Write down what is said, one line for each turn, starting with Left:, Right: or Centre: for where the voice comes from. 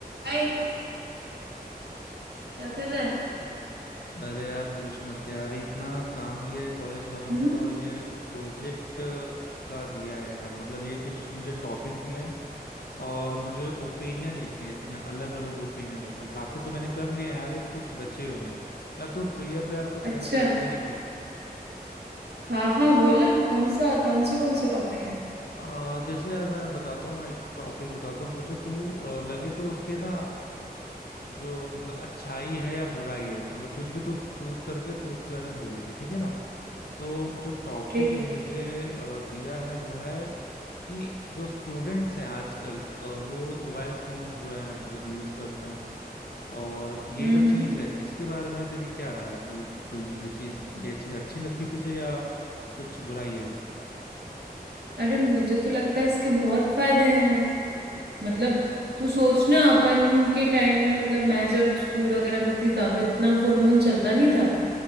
Right: हाय क्या कर रहा है
Left: अरे यार पूछ मत यार इतना काम दिया है कॉलेज वालों
Right: हम्म
Left: ने और ये प्रोजेक्ट का दिया है यार मतलब ये कुछ मुझे टॉपिक दिए हैं और मुझे ओपिनियन लिखने हैं इसमें अलग अलग ओपिनियन लिखने हैं। काफी तो मैंने कर लिए हैं यार ये कुछ बचे हुए हैं यार तू फ्री है तो यार कुछ
Right: अच्छा
Left: हेल्प करा देगी क्या
Right: हाँ हाँ बोलना कौन सा कौन से कौन से टॉपिक है
Left: आ, जैसे यार मैं बताता हूँ एक टॉपिक बताता हूँ तुझे तू अ, लगे तो उसके ना जो मतलब अच्छाई है या बुराई है मतलब कुछ भी तो चूज करके तो उसके बारे में बोलेगी ठीक है ना तो जो टॉपिक
Right: ठीक
Left: मुझे
Right: है
Left: अ, दिया है वो है कि जो स्टूडेंट्स हैं आजकल अ, वो मोबाइल फोन्स जो हैं मतलब यूज करते हैं और ये
Right: हम्म
Left: जो चीज
Right: हम्म
Left: है इसके बारे में तेरी क्या राय है मतलब कोई ये चीज ये चीज अच्छी लगती है तुझे या कुछ बुराई है
Right: अरे मुझे तो लगता है इसके बहुत फायदे हैं यार मतलब तू सोच ना अपन के टाइम में मतलब मैं जब स्कूल वगैरह में थी तब इतना फोन वोन चलता नहीं था